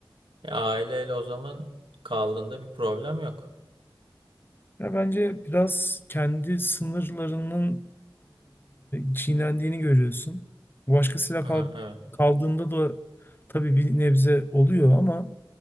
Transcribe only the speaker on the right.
E, aileyle o zaman kaldığında bir problem yok.
Aha,
evet,